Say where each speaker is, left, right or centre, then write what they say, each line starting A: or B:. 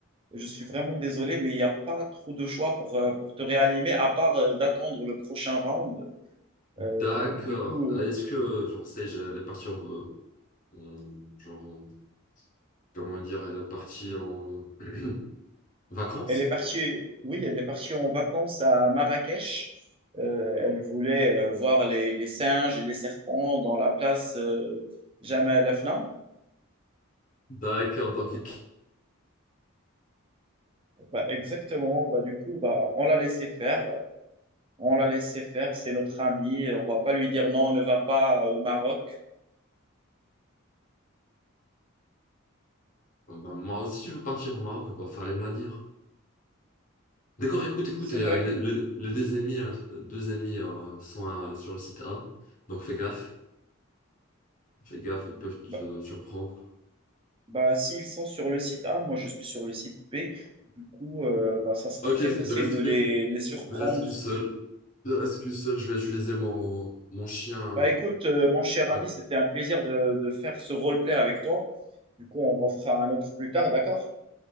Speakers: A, on the right; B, on the left.
A: je suis vraiment désolé, mais il n'y a pas trop de choix pour, euh, pour te réanimer, à part euh, d'attendre le prochain round. Euh,
B: D'accord.
A: du coup, euh,
B: Ah, Est-ce que, genre, sais-je, les parties en, en- genre, comment dire, elle est partie en <clears throat> vacances.
A: Elle est partie, oui, elle est partie en vacances à Marrakech. Euh, elle voulait euh, voir les, les singes et les serpents dans la place euh, Jemaa el Afna.
B: D'accord, donc il-
A: Bah, exactement. Bah, du coup, bah, on l'a laissé faire. On l'a laissé faire. C'est notre ami. On va pas lui dire non, on ne va pas euh, au Maroc.
B: Ah Bah, moi aussi je veux partir au Maroc, bah, fallait me la dire. D'accord, écoute, écoute,
A: C'est
B: et,
A: vrai.
B: euh, les, les- les deux ennemis, euh, deux ennemis euh, sont euh, sur le site A, donc fais gaffe, fais gaffe, ils peuvent te
A: Bah,
B: surprendre.
A: bah, s'ils sont sur le site A, moi je suis sur le site B. Du coup, euh, bah, ça sera
B: Ok,
A: très
B: il
A: facile
B: reste
A: de les,
B: qu'une,
A: les surprendre
B: il reste qu'une seule, il reste qu'une seule, je vais utiliser mon, mon chien.
A: Bah écoute, euh, mon cher
B: Ouais.
A: ami, c'était un plaisir de, de faire ce roleplay avec toi. Du coup, on refera un autre plus tard, d'accord?